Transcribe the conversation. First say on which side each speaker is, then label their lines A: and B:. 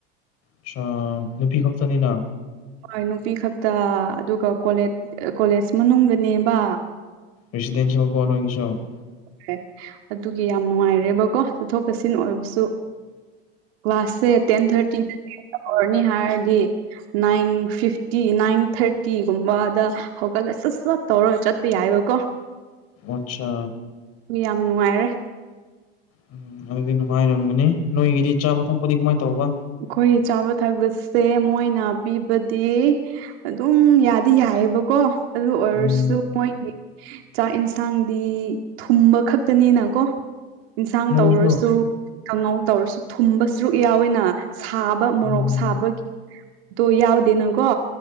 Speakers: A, on the left (about 50°); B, on the right (about 70°).
A: ꯑꯆꯥ ꯅꯨꯄꯤ ꯈꯛꯇꯅꯤꯅ
B: ꯍꯣꯏ ꯅꯨꯄꯤ ꯈꯛꯇ ꯑꯗꯨꯒ ꯀꯣꯂꯦꯁ ꯀꯣꯂꯦꯁ ꯃꯅꯨꯡꯗꯅꯦꯕ
A: ꯔꯤꯁꯤꯗꯗꯤꯤꯟꯁꯤ ꯐꯣꯅꯣꯁꯣ <inaudible>
B: ꯍꯣꯢ ꯑꯗꯨꯒꯤ ꯌꯥꯝ ꯅꯨꯡꯉꯥꯏꯔꯦꯕꯀꯣ ꯆꯠꯊꯣꯛ ꯆꯠꯁꯤꯟ ꯑꯣꯏꯕꯁꯨ ꯀ꯭ꯂꯥꯁꯁꯦ ꯇꯦꯟ ꯊꯥꯔꯇꯤꯗ ꯍꯔꯅꯤ ꯍꯥꯢꯔꯗꯤ ꯅꯥꯏꯟ ꯐꯤꯐꯇꯤ ꯅꯥꯏꯟ ꯊꯥꯔꯇꯤꯒꯨꯝꯕꯗ ꯍꯧꯒꯠꯂꯦ ꯁꯠ ꯁꯠ ꯇꯧꯔ ꯆꯠꯄ ꯌꯥꯏꯑꯦꯕꯀꯣ
A: ꯑꯆꯥ
B: ꯌꯥꯝ ꯅꯨꯡꯉꯥꯏꯔꯦ
A: ꯎꯝ ꯑꯗꯨꯗꯤ ꯅꯨꯡꯉꯥꯏꯔꯝꯒꯅꯤ ꯅꯣꯏꯒꯤꯗꯤ ꯆꯥꯕ ꯊꯛꯄꯗꯤ ꯀꯃꯥꯏꯅ ꯇꯧꯕ
B: ꯑꯩꯈꯣꯏꯒꯤ ꯆꯥꯕ ꯊꯛꯄꯁꯦ ꯃꯣꯏꯅ ꯄꯤꯕꯗꯤ ꯑꯗꯨꯝ ꯌꯥꯗꯤ ꯌꯥꯏꯑꯦꯕꯀꯣ ꯑꯗꯨ ꯑꯣꯏꯔꯁꯨ
A: ꯎꯝ
B: ꯃꯣꯏꯒꯤ ꯆꯥꯛ ꯌꯦꯟꯁꯥꯡꯗꯤ ꯊꯨꯝꯕ ꯈꯛꯇꯅꯤꯅꯀꯣ ꯑꯦꯟꯁꯥꯡ
A: ꯃꯣꯏꯁꯨ
B: ꯇꯧꯔꯁꯨ ꯀꯥꯡꯉꯧ ꯇꯧꯔꯁꯨ ꯊꯨꯝꯕ ꯁꯔꯨꯛ ꯌꯥꯎꯋꯤꯅ ꯁꯥꯕ ꯃꯣꯔꯣꯛ
A: ꯎꯝ
B: ꯁꯥꯕꯒꯤꯗꯣ ꯌꯥꯎꯗꯦꯅꯀꯣ